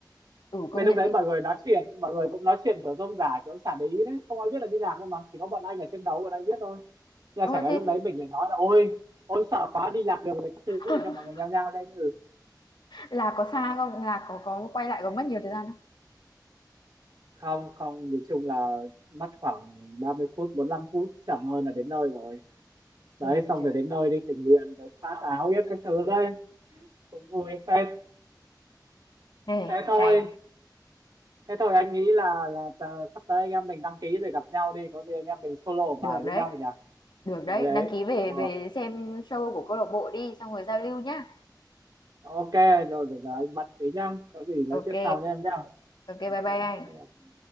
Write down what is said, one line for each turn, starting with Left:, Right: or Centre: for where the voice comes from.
Left: ừ công
Right: Mấy lúc
Left: nhận
Right: đấy
Left: đấy
Right: mọi người nói chuyện, mọi người cũng nói chuyện kiểu rôm rả, kiểu chả để ý đấy, không ai biết là đi lạc đâu mà, chỉ có bọn anh ở trên đấu bọn anh biết thôi. Nhưng mà
Left: ơ
Right: chẳng lẽ
Left: thế
Right: lúc đấy mình lại nói là ôi, ôi sợ quá đi lạc đường này các thứ
Left: <laughs>
Right: để cho mọi người nhao nhao đây như
Left: là có xa không là có có quay lại có mất nhiều thời gian không
Right: không không nhìn chung là mất khoảng 30 phút bốn lăm phút chậm hơn là đến nơi rồi đấy
Left: ôi
Right: xong
Left: trời
Right: rồi đến nơi đi tình nguyện rồi phát áo biết các thứ đấy cũng vui phết
Left: Ê,
Right: thế thôi
Left: hay
Right: thế thôi anh nghĩ là là tờ- sắp tới anh em mình đăng ký rồi gặp nhau đi có gì anh em mình solo bài
Left: Được
Right: với
Left: đấy.
Right: nhau nhỉ
Left: Được
Right: đấy
Left: đấy,
Right: đấy
Left: đăng ký về
Right: ờ
Left: về xem show của câu lạc bộ đi xong rồi giao lưu nhá.
Right: ok rồi giờ, giờ anh bận tí nhá có gì nói
Left: Ok.
Right: chuyện sau nha em nhá
Left: Ok bye
Right: ok bye
Left: bye anh.
Right: bye.